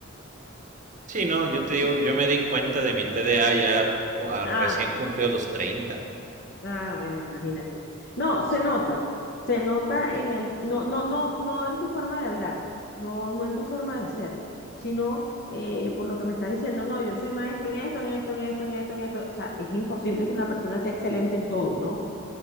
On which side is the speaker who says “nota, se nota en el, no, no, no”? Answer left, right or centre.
Left